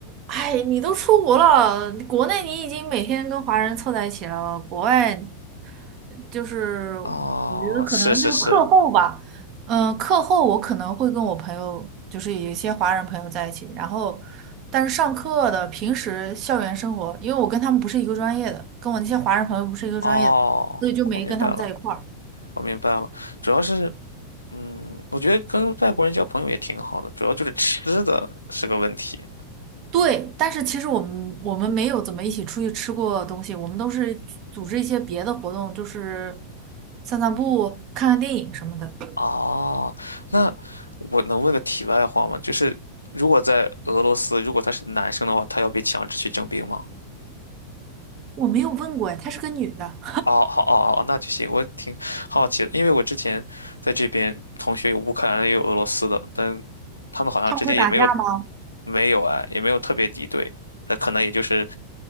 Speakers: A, on the right; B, on the left.
A: 哎，你都出国了，国内你已经每天跟华人凑在一起了，国外。就是我
B: 哦，
A: 觉得可能就是课后吧，
B: 是是是，
A: 嗯，课后我可能会跟我朋友，就是有一些华人朋友在一起，然后但是上课的平时校园生活，因为我跟他们不是一个专业的，跟我那些华人朋友不是一个专业的，
B: 哦，
A: 所以就没跟他们在一块儿。
B: 我明白了，我明白了。主要是，嗯，我觉得跟外国人交朋友也挺好的，主要就是吃的是个问题。
A: 对，但是其实我们我们没有怎么一起出去吃过东西，我们都是组织一些别的活动，就是散散步、看看电影什么的。
B: 哦，那我能问个题外话吗？就是如果在俄罗斯，如果他是男生的话，他要被强制去征兵吗？
A: 我没有问过哎，她是个女的，
B: 哦，好，哦，哦，哦那就行。我挺好奇的，因为我之前在这边同学有乌克兰的，也有俄罗斯的，但他们好像之间也没有
A: <laughs> 他们会打架吗？
B: 没有哎，也没有特别敌对。那可能也就是